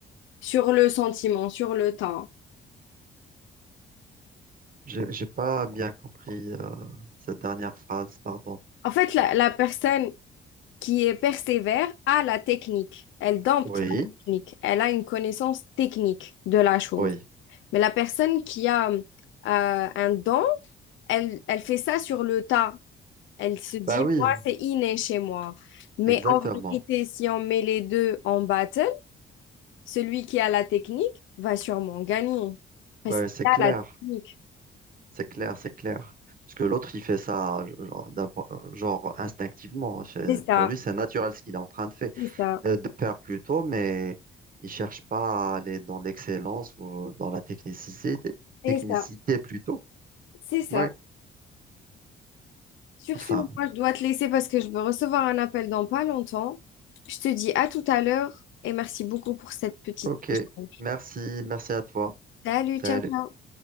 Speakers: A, on the left; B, on the right.
A: sur le sentiment, sur le temps.
B: j'ai j'ai pas bien compris euh, cette dernière phrase, pardon.
A: En fait, la, la personne qui est persévère a la technique. Elle dompte
B: Oui,
A: la technique. Elle a une connaissance technique de la chose.
B: oui.
A: Mais la personne qui a euh, un don, elle, elle fait ça sur le tas. Elle se dit,
B: Bah oui,
A: moi, c'est inné chez moi. Mais
B: exactement.
A: en vérité, si on met les deux en battle, celui qui a la technique va sûrement gagner. Parce
B: Ouais,
A: qu'il
B: c'est
A: a
B: clair.
A: la technique.
B: C'est clair, c'est clair. Parce que l'autre, il fait ça genre, d'un po- genre instinctivement. C'est-
A: C'est ça,
B: Pour lui, c'est naturel ce qu'il est en train de faire,
A: c'est ça,
B: euh, de faire plutôt, mais il cherche pas à aller dans l'excellence ou dans la technicité,
A: c'est
B: technicité
A: ça,
B: plutôt.
A: c'est ça.
B: Oui.
A: Sur
B: Enfin,
A: ce, moi, je dois te laisser parce que je veux recevoir un appel dans pas longtemps. Je te dis à tout à l'heure et merci beaucoup pour cette petite
B: ok.
A: échange.
B: Merci, merci à toi.
A: Salut,
B: Salut.
A: ciao, ciao.